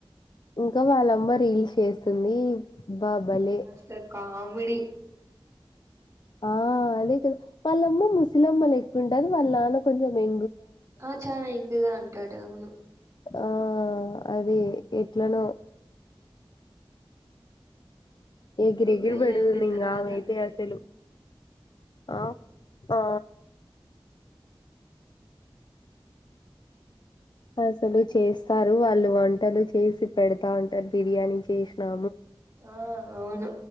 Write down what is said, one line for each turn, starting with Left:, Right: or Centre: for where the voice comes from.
Left: ఇంకా వాళ్ళమ్మ రీల్స్ చేస్తుంది బా భలే
Right: అసలు కామెడి
Left: ఆ అదే కదా వాళ్ళమ్మ ముసలిమ్మ లెక్క ఉంటది వాళ్ళ నాన్న కొంచెం ఎ
Right: ఆ చాన యంగ్ గా ఉంటాడు అవును
Left: ఆ అది ఎట్లనో ఎగిరెగిరి
Right: పెళ్లి
Left: పెడుతుంది
Right: అయిపోయిన
Left: ఇంగ
Right: తర్వాత
Left: ఆమె
Right: అట్లా
Left: అయితే
Right: ఏందమో
Left: అసలు ఆ ఆ అసలు చేస్తారు వాళ్ళు వంటలు చేసి పెడతా ఉంటారు బిర్యానీ చేసినా
Right: ఆ అవును